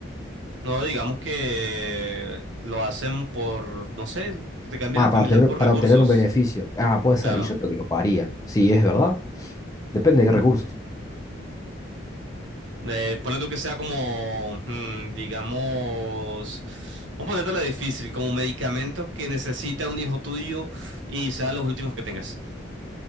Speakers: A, on the right; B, on the left.
A: No, digamos que lo hacen por, no sé, que te cambian
B: Ah,
A: el familiar
B: para obtener,
A: por
B: para
A: recursos,
B: obtener un beneficio. Ah, puede ser.
A: claro.
B: Y yo creo que los pagaría. Sí, es verdad. Depende de qué recursos.
A: Eh, ponle tú que sea como, mm, digamos, vamos a ponértela difícil, como medicamentos que necesita un hijo tuyo y sean los últimos que tengas.